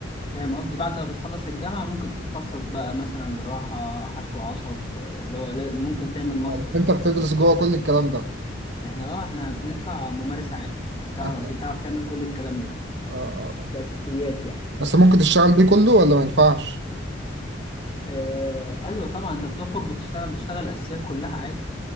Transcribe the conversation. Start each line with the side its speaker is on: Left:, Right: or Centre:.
Left: فاهم قصدي بعد ما بتخلص الجامعة ممكن تتخصص بقى مثلا جراحة حشو عصب آه، اللي هو لا- ممكن تعمل ماستر
Right: آه.
Left: بقى
Right: انت بتدرس جوه كل الكلام ده
Left: احنا اه احنا بنطلع ممارس عام بتاع
Right: انت
Left: بتعرف
Right: آه.
Left: تعمل كل الكلام ده
Right: آه.
Left: كأساسيات يعني
Right: بس ممكن تشتغل بيه كله ولا ما ينفعش؟
Left: آه أيوة طبعا أنت بتخرج بتشتغل بتشتغل الأساسيات كلها عادي